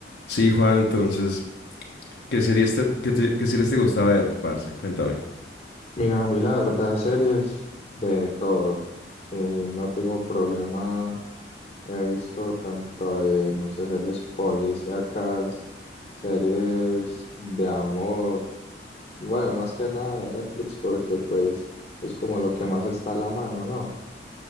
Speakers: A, on the left (about 70°); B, on the left (about 35°).
A: Sí, Juan, entonces, ¿qué series te, qué te- qué series te gusta ver, parce? Cuéntame.
B: Mira, a mí la verdad, series de todo. Sí, no tengo problema. He visto tanto de, no sé, series policíacas, series de amor. Bueno, más que nada de Netflix porque pues es como lo que más está a la mano, ¿no?